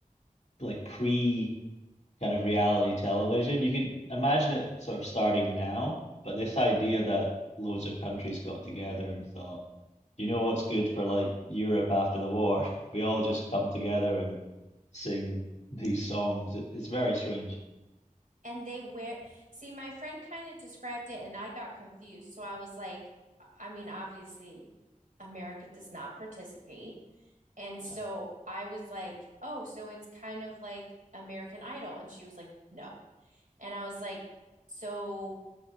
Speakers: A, on the left; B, on the right.
A: like pre. kind of reality television. You could imagine it sort of starting now, but this idea that loads of countries got together and thought, you know what's good for like Europe after the war? <laughs> We all just come together and sing these songs. It, it's very strange.
B: And they wear, see, my friend kind of described it and I got confused. So I was like, I mean, obviously, America does not participate. And
A: Yeah.
B: so I was like, oh, so it's kind of like American Idol. And she was like, no. And I was like, so